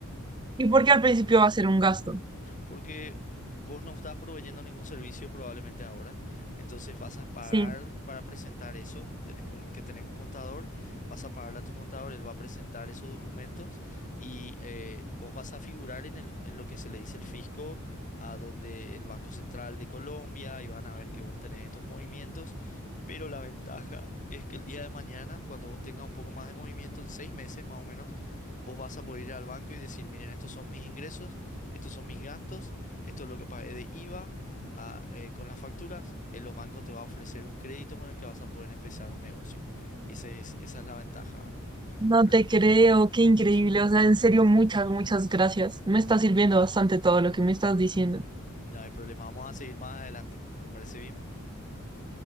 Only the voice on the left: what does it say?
porque vos no estás proveyendo ningún servicio probablemente ahora, entonces vas a pagar
para presentar eso, tenés como que tener un contador, vas a pagarle a tu contador, él va a presentar esos documentos y eh, vos vas a figurar en el, en lo que se le dice el fisco, a donde el Banco Central de Colombia y van a ver que vos tenés estos movimientos, pero la ventaja es que el día de mañana, cuando vos tengas un poco más de movimiento, en seis meses más o menos, Vos vas a poder ir al banco y decir, miren, estos son mis ingresos, estos son mis gastos, esto es lo que pagué de IVA a- eh, con las facturas. En los bancos te va a ofrecer un crédito con el que vas a poder empezar un negocio. Y ese es, esa es la ventaja, ¿verdad?
Pero
sí,
no hay problema, vamos a seguir más adelante. ¿Te parece bien?